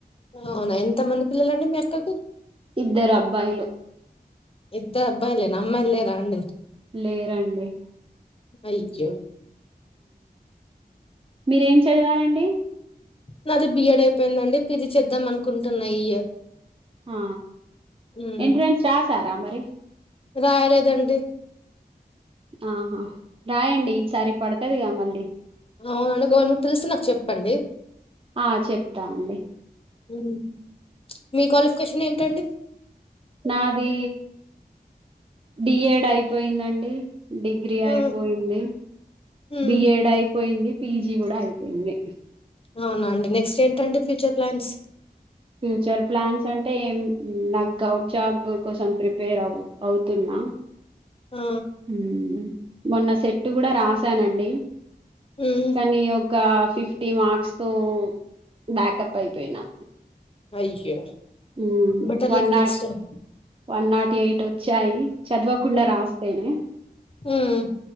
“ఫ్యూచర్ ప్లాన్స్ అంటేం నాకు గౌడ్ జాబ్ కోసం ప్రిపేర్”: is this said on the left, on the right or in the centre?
Right